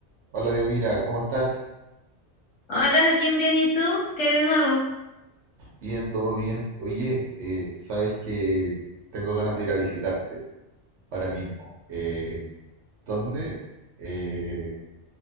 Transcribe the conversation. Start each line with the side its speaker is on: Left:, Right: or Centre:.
Right: Hola, Dios, mira, ¿cómo estás?
Left: Hola Joaquín, bien, ¿y tú? ¿Qué hay de nuevo?
Right: Bien, todo bien. Oye, eh, sabes que tengo ganas de ir a visitarte ahora mismo. Eh, ¿dónde eh,